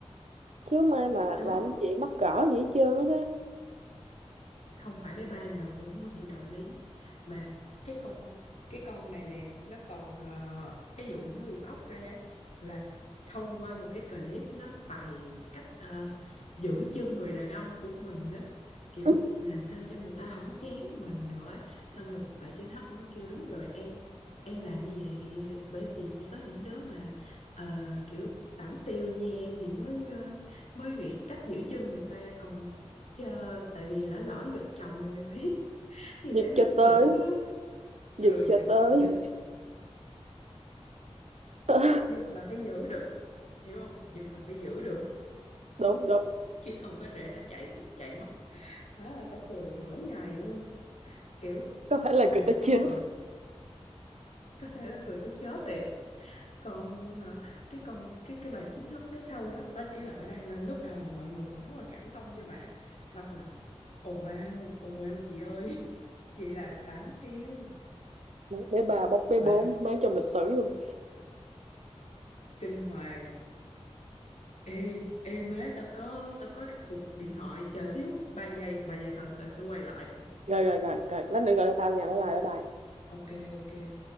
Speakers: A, on the right (about 80°); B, on the left (about 80°).
A: chứ mai mà
B: đó
A: làm chị mắc cỡ gì hết trơn hết á
B: không phải bé ba nào cũng hiểu đạo lý mà cái con cái con này nè nó còn ờ, cái vụ nó bị bóc ra là thông qua một cái clip nó bày cách ờ, giữ chân người đàn ông của mình đó kiểu
A: <laughs>
B: làm sao cho người ta không chán mình nữa xong rồi bà chính hấp mới kêu đúng rồi em em làm như vậy bởi vì chỉ có những đứa mà ờ, kiểu tảm tiêu như em thì mới ờ, mới nghĩ cách giữ chân người ta còn Ờ, tại vì lỡ lỡ giật chồng rồi phải <laughs> thì
A: giật
B: phải biết
A: cho tới
B: giữ á. ừ,
A: giật cho
B: giật
A: tới
B: giật
A: <laughs>
B: giật là phải giữ được hiểu không giật là phải giữ được
A: đúng đúng
B: chứ không có để nó chạy chạy mất má ơi, tao cười nửa ngày luôn kiểu
A: có thể là
B: bà
A: người ta
B: xong
A: chết
B: rồi có thể là cười tới chết thiệt còn à, cái con cái cái bà chính thức đó sau đó bà ý là bà đăng lên lúc đầu là mọi người còn rất là cảm thông cho bà xong là oh wow oh wow chị ơi <laughs> vậy là tám tiêu
A: bé ba bóc bé bốn
B: bà
A: mới trong lịch sử luôn
B: kinh hoàng Ê, ê má, tao có tao có cuộc điện thoại, chờ xíu, ba giây, ba giây thôi, tao sẽ quay lại.
A: rồi rồi rồi rồi lát nữa gọi cho tao nha bye bye bye bye
B: Ok, ok.